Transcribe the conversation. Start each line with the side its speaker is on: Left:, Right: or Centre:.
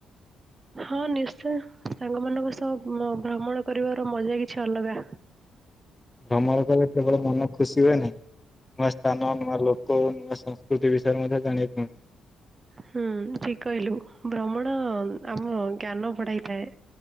Right: ହଁ ନିଶ୍ଚୟ ସାଙ୍ଗ ମାନଙ୍କ ସହ ଭ୍ରମଣ କରିବାର ମଜା କିଛି ଅଲଗା
Left: ଭ୍ରମଣ କଲେ କେବଳ ମନ ଖୁସି ହୁଏ ନାହିଁ ନୂଆ ସ୍ଥାନ ନୂଆ ଲୋକ ଓ ନୂଆ ସଂସ୍କୃତି ବିଷୟରେ ମଧ୍ୟ ଜାଣିବାକୁ ମିଳିବ।
Right: ହୁଁ ଠିକ କହିଲୁ ଭ୍ରମଣ ଆମ ଜ୍ଞାନ ବଢାଇଥାଏ।